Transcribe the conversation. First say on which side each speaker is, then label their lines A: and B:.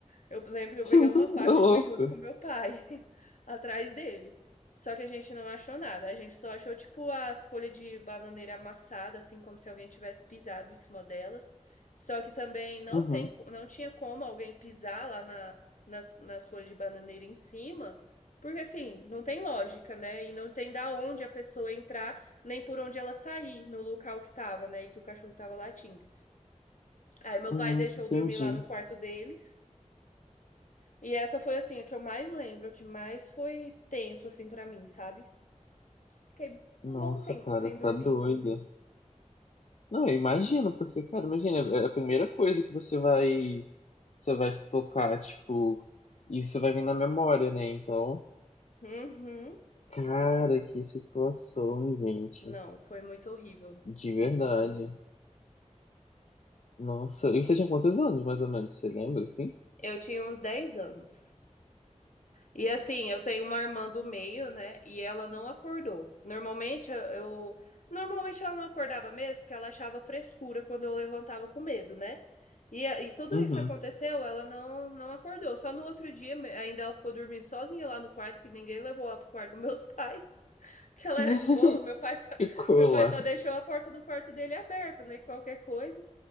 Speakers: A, on the left; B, on the left.
A: Eu lembro que eu
B: <laughs>
A: peguei uma faca
B: Tá louco.
A: e fui junto com meu pai, <laughs> atrás dele. Só que a gente não achou nada. A gente só achou, tipo, as folhas de bananeira amassadas, assim, como se alguém tivesse pisado em cima delas. Só que também não
B: Uhum.
A: tem, co- não tinha como alguém pisar lá na, nas, nas folhas de bananeira em cima, porque, assim, não tem lógica, né? E não tem da onde a pessoa entrar, nem por onde ela sair no local que tava, né? E que o cachorro tava latindo. Aí meu
B: Hum,
A: pai deixou
B: entendi.
A: eu dormir lá no quarto deles. E essa foi assim a que eu mais lembro, a que mais foi tenso assim pra mim, sabe? Fiquei um
B: Nossa,
A: bom tempo
B: cara,
A: sem dormir,
B: tá doida.
A: inclusive.
B: Não, eu imagino, porque, cara, imagina, é a primeira coisa que você vai, você vai se tocar, tipo, isso vai vir na memória, né? Então,
A: Uhum.
B: Cara, que situação, gente.
A: Não, foi muito horrível.
B: De verdade.
A: Muito horrível.
B: Nossa, e você tinha quantos anos, mais ou menos? Você lembra, assim?
A: Eu tinha uns 10 anos. E assim, eu tenho uma irmã do meio, né? E ela não acordou. Normalmente eu, eu- normalmente ela não acordava mesmo, porque ela achava frescura quando eu levantava com medo, né? E, a- e tudo
B: Uhum.
A: isso aconteceu, ela não não acordou. Só no outro dia me- ainda ela ficou dormindo sozinha lá no quarto, que ninguém levou ela pro quarto dos meus pais, <laughs> que ela
B: <laughs>
A: era de boa. Meu pai só,
B: Ficou
A: meu pai
B: lá.
A: só deixou a porta do quarto dele aberta, né? Qualquer coisa.